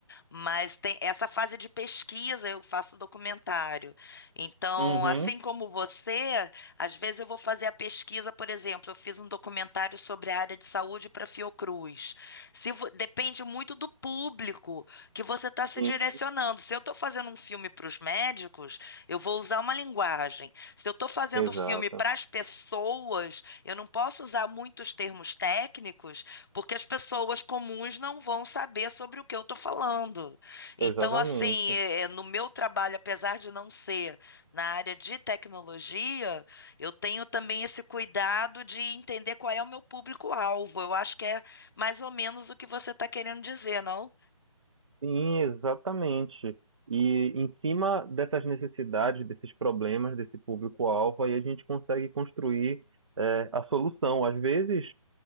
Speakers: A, on the left; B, on the right.
A: Mas tem essa fase de pesquisa, eu faço documentário. Então,
B: uhum,
A: assim como você, às vezes eu vou fazer a pesquisa, por exemplo, eu fiz um documentário sobre a área de saúde para Fiocruz. Se vo- depende muito do público que você está se
B: sim,
A: direcionando. Se eu estou fazendo um filme para os médicos, eu vou usar uma linguagem. Se eu estou fazendo
B: exata,
A: filme para as pessoas, eu não posso usar muitos termos técnicos porque as pessoas comuns não vão saber sobre o que eu estou falando. Então,
B: exatamente.
A: assim, é- é, no meu trabalho, apesar de não ser na área de tecnologia, eu tenho também esse cuidado de entender qual é o meu público-alvo. Eu acho que é mais ou menos o que você está querendo dizer, não?
B: Sim, exatamente. E em cima dessas necessidades, desses problemas, desse público-alvo, aí a gente consegue construir é, a solução. Às vezes,